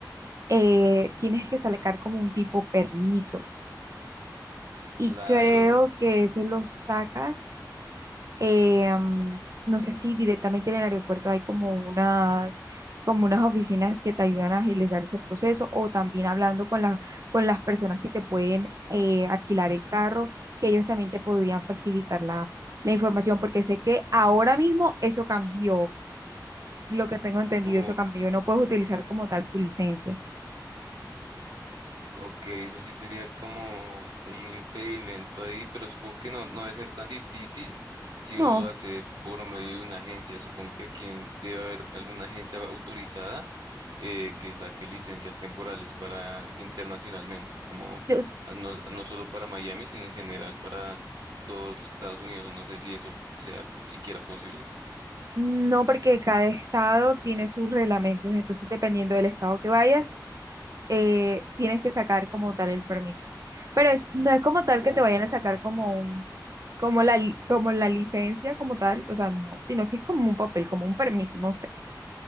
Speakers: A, on the right (about 45°); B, on the right (about 75°).
A: eh, tienes que sacar como un tipo permiso y
B: Claro.
A: creo que eso lo sacas eh, mm, no sé si directamente en el aeropuerto hay como unas, como unas oficinas que te ayudan a agilizar ese proceso o también hablando con las, con las personas que te pueden eh, alquilar el carro, que ellos también te podrían facilitar la, la información, porque sé que ahora mismo eso cambió, lo que tengo entendido,
B: o
A: eso cambió, no puedes utilizar como tal tu licencia.
B: Ok, eso sí sería como un impedimento ahí, pero supongo que no, no debe ser tan difícil si
A: No,
B: uno lo hace por medio de una agencia. Supongo que aquí en- debe haber alguna agencia autorizada eh, que saque licencias temporales para internacionalmente, como
A: yo,
B: ah, no, no solo para Miami, sino en general para todos los Estados Unidos. No sé si eso sea siquiera posible.
A: No, porque cada estado tiene sus reglamentos, entonces dependiendo del estado que vayas, eh, tienes que sacar como tal el permiso. Pero es, no es como tal
B: Oh,
A: que te vayan a sacar como un, como la, li- como la licencia como tal, o sea, no, sino que es como un papel, como un permiso, no sé,